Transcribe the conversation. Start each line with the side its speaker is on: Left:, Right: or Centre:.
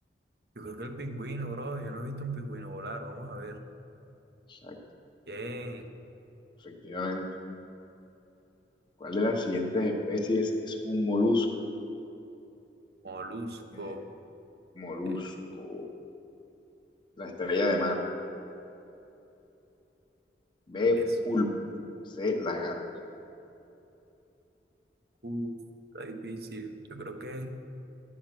Right: yo creo que el pingüino, bro. Yo no he visto un pingüino volar. Vamos a ver.
Left: Exacto,
Right: Bien.
Left: efectivamente. ¿Cuál de las siguientes especies es un molusco?
Right: Molusco.
Left: Eh, molusco.
Right: eh,
Left: La estrella de mar. B,
Right: es.
Left: pulpo. C, lagarto.
Right: Uh, está difícil. Yo creo que.